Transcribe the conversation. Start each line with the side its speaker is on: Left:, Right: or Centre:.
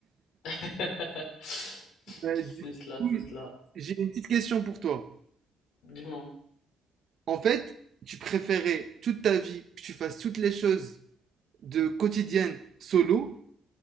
Left: <laughs>
Right: Euh,
Left: C'est
Right: du
Left: cela,
Right: coup,
Left: c'est cela.
Right: j'ai une petite question pour toi.
Left: Dis-moi,
Right: En fait, tu préférais toute ta vie que tu fasses toutes les choses de quotidienne solo